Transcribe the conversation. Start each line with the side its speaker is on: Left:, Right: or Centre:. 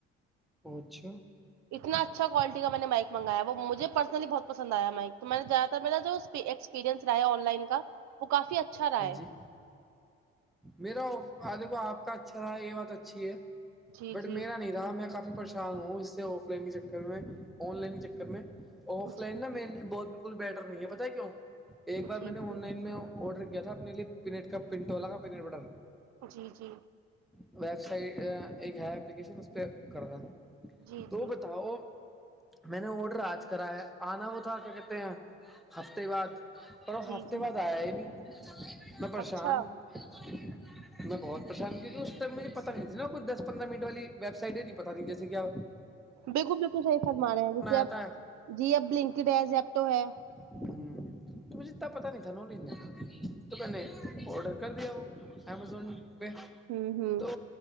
Centre: پچھ
Right: اتنا اچھا کوالٹی کا میں نے مائ منگایا وہ مجھ پرسلی بہت پسند آیا مائک تو میں نے جا میرا جو ایکسپیریئنس رہا ہے آن لائن کا وہ کافی اچھا رہا
Centre: ہاں
Right: ہے
Centre: جی میرا د آپ کا اچھا رہا یہ بات اچھی ہے
Right: جی
Centre: بٹ
Right: جی
Centre: میرا نہیں رہا میں کافی پریشان ہوں اس سے آف لائن کے چکر میں آن لائن کے چکر میں آف لائن
Right: جی
Centre: نا میرے لیے بہت بالکل بیٹر نہیں ہے پتہ ہے کیوں ایک بار
Right: جی
Centre: میں نے
Right: جی جی
Centre: آن لائن میں آڈر کیا تھا اپنے لیے پینیٹ کا پنٹولا کا پینیٹ بٹر
Right: جی جی
Centre: ویب سائٹ ایک ہے اپلیکیشن اس پہ کر رہا
Right: جی
Centre: تو
Right: جی
Centre: بتاؤ میں نے آڈر آج کرا ہے آنا وہ تھا کیا کہتے ہیں ہفتے بعد پر وہ
Right: جی
Centre: ہفتے
Right: جی
Centre: بعد آیا نہیں میں پریشان
Right: اچھا
Centre: میں بہت پریشان کی تھی اس ٹائم مجے پت نہیں تھی نا کچھ دس پندر منٹ والی ویب سائٹ ہے نہیں پتا تھی جیے کیا
Right: بالکل بالکل صحیح فرما رہے ہیں جیسے اب
Centre: جاتا ہے
Right: جی اب بنکڈ ہے زیپٹو ہے
Centre: ہ تو مجھے اتنا پتا نہیں تھا ن تو میں نے آڈر کر دیا وہ امیزون پہ
Right: ہوں ہوں
Centre: تو